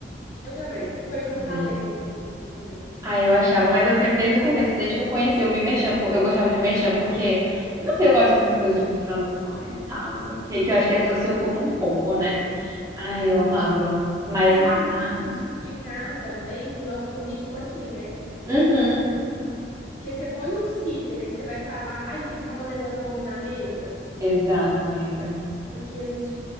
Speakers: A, on the left (about 45°); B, on the right (about 20°).
A: Eu também. Foi o que eu falei
B: né?
A: na entrevista também.
B: Ah, eu achava, mas eu sempre, desde o começo, desde que eu conheci, eu vi merchan, po- eu gostava de merchan, porque, eu não sei, eu gosto dessas coisas assim, de transações e tal, não sei o quê, que eu acho
A: Sim.
B: que a pessoa se ocupa um pouco, né? Ah, eu amava, mas,
A: E é mais
B: ah,
A: fácil de explicar também para o nosso currículo aqui, né?
B: uhum,
A: Porque você põe um cíter, aí você vai falar, ai, ficava levando o povo na mesa.
B: exato, amiga.
A: Aqui a gente,